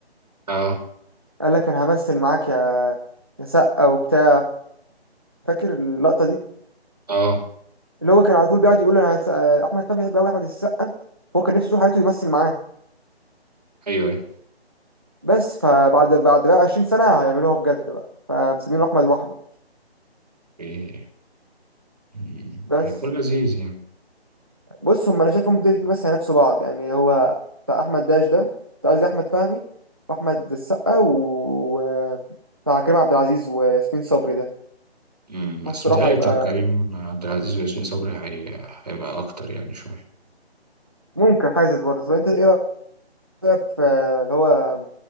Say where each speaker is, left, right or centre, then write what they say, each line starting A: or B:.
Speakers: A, on the right; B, on the right.
A: اه
B: قال لك انا همثل معاك يا يا سقا وبتاع فاكر اللقطه دي
A: اه
B: اللي هو كان على طول بيقعد يقول انا هس... آه، احمد فهمي بيحب قوي احمد السقا هو كان نفسه طول حياته يمثل معاه
A: ايوه ايوه
B: بس فبعد بعد بقى 20 سنه هيعملوها بجد بقى فمسمينه احمد واحمد
A: إيه. مم.
B: بس
A: هيكون لذيذ يعني
B: بص هم انا شايفهم دول بس هينافسوا بعض يعني هو بتاع احمد داش ده بتاع قصدي احمد فهمي واحمد السقا و بتاع كريم عبد العزيز وياسمين صبري ده
A: مم.
B: حاسس
A: بس
B: الصراحه
A: متهيألي
B: هيبقى
A: بتاع كريم عبد العزيز وياسمين صبري هي... هيبقى اكتر يعني شويه
B: ممكن حاسس برضه طب انت ايه رايك في اللي هو